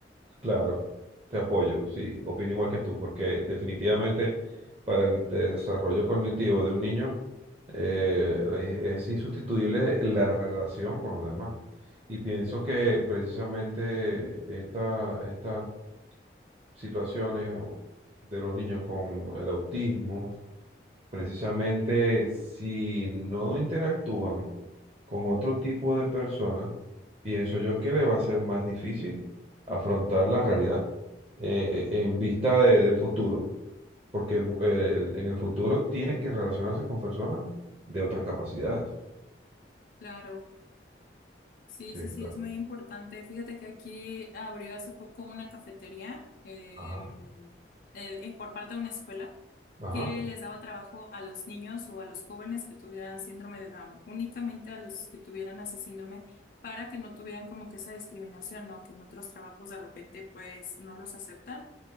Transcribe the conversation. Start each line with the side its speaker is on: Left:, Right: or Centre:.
Right: Claro, te apoyo, sí, opino igual que tú, porque definitivamente para el desarrollo cognitivo de un niño eh, es, es insustituible la relación con los demás. Y pienso que precisamente esta, esta situaciones de los niños con el autismo. Precisamente si no interactúan con otro tipo de personas, pienso yo que le va a ser más difícil afrontar
Left: Ujú.
Right: la realidad eh, eh, en vista de- del futuro,
Left: Mm,
Right: porque el- el- en el futuro tiene que relacionarse con personas de otras capacidades.
Left: Claro. Sí,
Right: Sí,
Left: sí, sí,
Right: claro.
Left: es muy importante. Fíjate que aquí abrió hace poco una cafetería eh,
Right: Ajá.
Left: eh, eh, por parte de una escuela
Right: Ajá.
Left: que les daba trabajo a los niños o a los jóvenes que tuvieran síndrome de Down, únicamente a los que tuvieran así síndrome para que no tuvieran como que esa discriminación, ¿no? Que en otros trabajos de repente pues no los aceptan